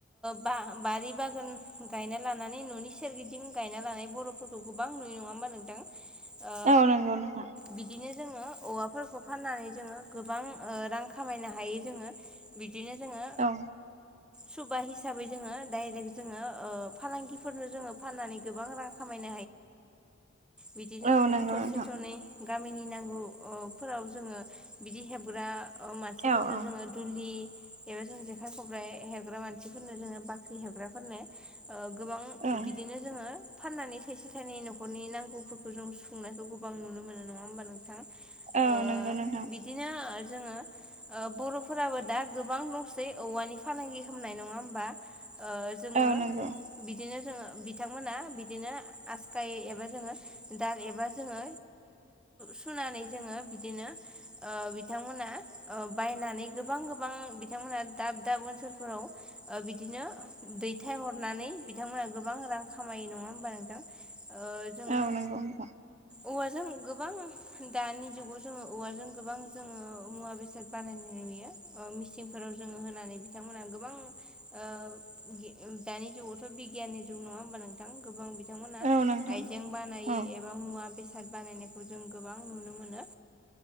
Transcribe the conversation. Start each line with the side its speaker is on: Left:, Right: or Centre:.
Centre: ब बारि बागान गायना लानानै न'नि सोरगिदिं गायना ल बर'फोरखौ गोबां नुयो नङा होमबा नोंथां ओ
Right: औ नंगौ नोंथां
Centre: बिदिनो जोङो औवाफोरखौ फाननानै जोङो गोबां रां खामायनो हायो हायो जोङो बिदिनो जोङो
Right: औ
Centre: सुबा हिसाबै जोङो डाइरेक्ट जोङो फालांगिफोरनो जोङो फाननानै गोबां रां खामाय बिदिनो
Right: औ
Centre: जोङो
Right: नंगौ
Centre: थरसे
Right: नोंथां
Centre: थरनै गामिनि नांगौ फोराव जोङो बिदि हेबग्रा अ मानसिफोरनो
Right: औ औ
Centre: जोङो दुलि एबा जों जेखाय खबाइ हेवग्रा मानसिफोरनो जोङो बाख्रि हेवग्राफोरनो गोबां
Right: औ
Centre: बिदिनो जोङो फाननानै थाइसे थाइनै न'खरनि नांगौफोरखौ जों सुफुंनायखौ गोबां नुनो मोनो नङा होमबा नों
Right: औ
Centre: ओ
Right: नंगौ नोंथां
Centre: बिदिनो जोङो बर'फोराबो दा गोबां न'सै औवानि फालांगि खालामनाय नङा होमबा। जोङो
Right: औ नंगौ
Centre: बिदिनो जो बिथांमोना बिदिनो आसखायो एबा जोङो दाल एबा जोङो सुनानै जोङो बिदिनो ओ बिथांमोना ओ बायनानै गोबां गोबां बिथांमोना दाब दाब ओनसोलफोराव बिदिनो दैथायहरनानै बिथांमोना। गोबां रां खामायो नङा होमबा नोंथां जोङो
Right: औ नंगौ नोंथां
Centre: औवाजों गोबां दानि जुगाव जोङो औवाजों गोबां जोङो मुवा बेसाद बानायनाय नुयो मिसिनफोराव जोङो होनानै बिथांमोना गोबां ओ दानि जुगावथ बि नङा होमबा नोंथां गोबां बिथांमोना
Right: औ नोंथां
Centre: आइजें बानायो
Right: औ
Centre: एबा मुवा बेसाद बानायनाय खौ जों गोबां नुनो मोनो